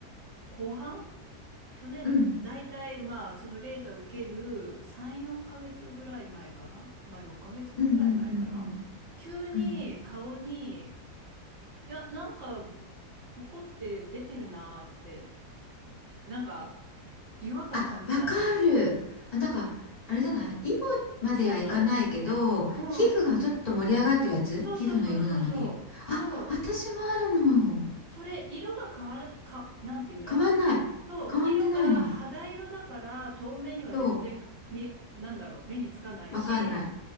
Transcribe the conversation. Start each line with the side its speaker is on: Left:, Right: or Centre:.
Right: 後半、去年の大体まあそのレーザー受ける3、
Left: うん。うん。
Right: 4ヶ月ぐらい前かな、まあ6ヶ月ぐらい前かな、
Left: うんうんうんうん。
Right: 急に顔に、
Left: うん
Right: いや、なんかポコって出てるなーって、なんか違和感感じたんですよ。
Left: あ、わかる。あ、なんか、あれじゃないイボまではいかないけど、
Right: そうそう、うん、
Left: 皮膚がちょっと盛り上がってるやつ皮膚の色なのに。
Right: そうそうそうそうそう、
Left: あ、
Right: そう。
Left: 私もあるのよ。
Right: それ、色が変わら、か、なんて言うんだろう。
Left: 変わんない。
Right: そう、
Left: 変わんでないの。
Right: 色が肌色だから透明には全然見、
Left: どう
Right: なんだろう、目につかないし、
Left: わかんない。